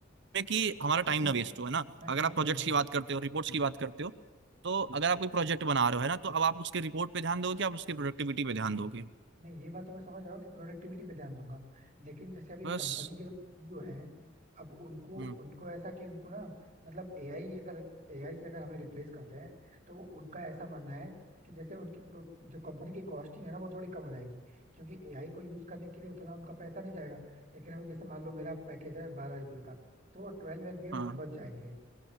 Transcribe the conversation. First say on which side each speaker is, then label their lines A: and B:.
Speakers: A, on the right; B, on the right.
A: में कि हमारा टाइम
B: मैम
A: ना
B: मैं
A: वेस्ट हो है ना
B: मैं समझ
A: अगर आप प्रोजेक्ट्स
B: रहा हूँ बात
A: की बात करते हो रिपोर्ट्स की बात करते हो तो अगर आप कोई प्रोजेक्ट बना रहे हो है ना तो अब आप उसके रिपोर्ट पे ध्यान दोगे आप उसकी प्रोडक्टिविटी पे ध्यान दोगे
B: नहीं ये बात तो मैं समझ रहा हूँ कि प्रोडक्टिविटी पे ध्यान दूंगा लेकिन जैसे अभी
A: बस
B: कंपनी के लोग सीईओ हैं अब उनको
A: हम्म
B: उनको ऐसा कि उनको ना मतलब एआई अगर एआई से अगर हमें रिप्लेस करते हैं तो वो- उनका ऐसा मानना है कि जैसे उनकी pro- जो कंपनी की कॉस्टिंग है ना वो थोड़ी कम हो जाएगी क्योंकि एआई को यूज करने के लिए उतना उनका पैसा नहीं जाएगा लेकिन अभी जैसे मान लो मेरा पैकेज है बारह एलपीए का तो ट्वेल्व एलपीए उनको
A: हाँ
B: बच जाएंगे